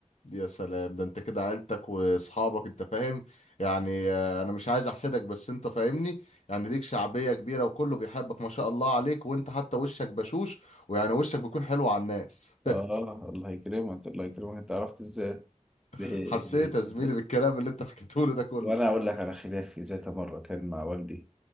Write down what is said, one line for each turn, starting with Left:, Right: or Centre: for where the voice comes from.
Left: يا سلام ده انت كده عيلتك واصحابك انت فاهم يعني آه، انا مش عايز احسدك بس انت فاهمني يعني ليك شعبية كبيرة وكله بيحبك ما شاء الله عليك وانت حتى وشك بشوش ويعني وشك بيكون حلو على الناس
Centre: اه الله يكرمك الله يكرمك انت عرفت ازاي
Left: <laughs>
Centre: <laughs>
Left: حسيت يا زميلي بالكلام اللي انت حكيته لي ده كله
Centre: وانا اقول لك على خلافي ذات مره كان مع والدي